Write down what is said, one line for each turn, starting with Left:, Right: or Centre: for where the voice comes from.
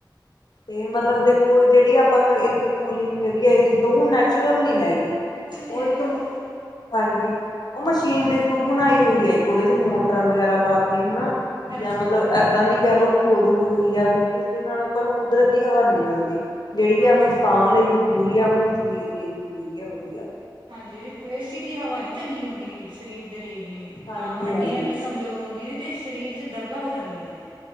Left: ਤੇ ਮਤਲਬ ਦੇਖੋ, ਜਿਹੜੀ ਆਪਾਂ ਨੂੰ ਇਥੋਂ ਕੂਲਿੰਗ ਮਿਲਲੀ ਆਈ ਸੀ ਤਾਂ ਉਹ ਨੈਚੁਰਲ ਨਹੀ ਹੈਗੀ
Right: ਨੈਚੁਰਲ ਨਹੀਂ
Left: ਉਹ
Right: ਹੈਗੀ
Left: ਇਕ
Right: ਔਰ
Left: ਹਾਂਜੀ ਉਹ ਮਸ਼ੀਨ ਦੇ ਥਰੂ ਬਣਾਈ ਹੋਈ ਹੈ, ਇਕ ਉਹਦੇ ਚ ਮੋਟਰਾਂ ਵਗੈਰਾ ਪਾਤੀਆਂ ਹਨਾ,
Right: ਹਾਂਜੀ
Left: ਜਾਂ ਮਤਲਬ ਏਦਾਂ ਦੀ ਕਹਿ ਲਓ, ਖੋਜ ਹੋ ਹੋਈ ਆ ਵੀ ਜਿਸਦੇ ਨਾਲ ਆਪਾਂ ਨੂੰ ਕੁਦਰਤੀ ਹਵਾ ਨੀ ਮਿਲਦੀ ਜਿਹੜੀ
Right: ਹਾਂਜੀ
Left: ਹੈ, ਆਪਣੀ ਸਾਹ ਲਈ ਵੀ ਜ਼ਰੂਰੀ ਹੈ, ਆਪਣੇ ਸਰੀਰ ਲਈ ਵੀ ਜ਼ਰੂਰੀ ਹੈ ਵਧੀਆ
Right: ਹਾਂਜੀ ਏਸੀ ਦੀ ਹਵਾ ਨੀ ਚੰਗੀ ਹੁੰਦੀ, ਸਰੀਰ ਦੇ ਲਈ ਵੀ ਨੀ
Left: ਹਾਂਜੀ
Right: ਨਾ ਹੱਡੀਆਂ
Left: ਹਾਂਜੀ।
Right: ਵੀ ਕਮ ਜ਼ੋਰ ਹੁੰਦੀ ਨੇ, ਤੇ ਸਰੀਰ 'ਚ ਦਰਦਾਂ ਹੋ ਜਾਂਦੀਆਂ ਨੇ।